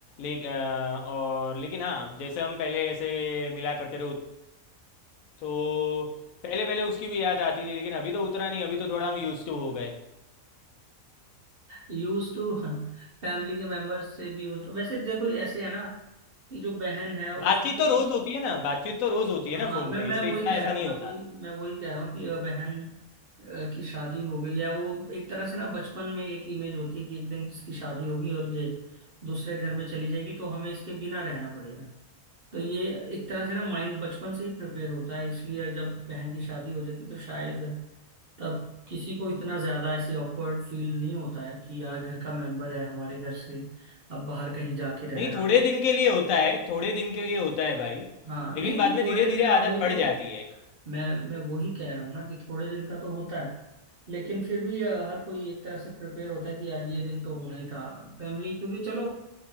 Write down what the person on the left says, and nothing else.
लेकिन और लेकिन हाँ जैसे हम पहले ऐसे मिला करते रहे उत- तो पहले पहले उसकी भी याद आती थी लेकिन अभी तो उतना नहीं अभी तो थोड़ा हम यूज्ड टू हो गए
बातचीत तो रोज़ होती है ना बातचीत तो रोज़ होती है
ना फ़ोन
पे इसलिए
इतना
ऐसा
नहीं
होता
नहीं
थोड़े
दिन के लिए होता है थोड़े दिन के लिए होता है भाई लेकिन
बाद
में
धीरे
धीरे
आदत
पड़
जाती है